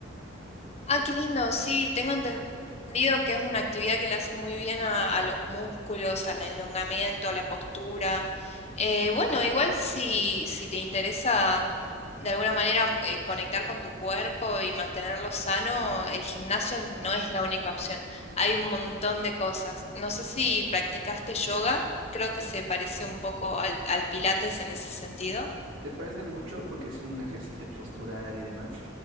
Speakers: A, on the left; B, on the right.
A: Ah, qué lindo, sí, tengo entendido que es una actividad que le hace muy bien a, a los músculos, al elongamiento, a la postura. Eh, bueno, igual si, si te interesa de alguna manera eh, conectar con tu cuerpo y mantenerlo sano, el gimnasio no es la única opción. Hay un montón de cosas. No sé si practicaste yoga creo que se parece un poco al, al Pilates en ese sentido.
B: Se parece mucho porque es un ejercicio postural y demás,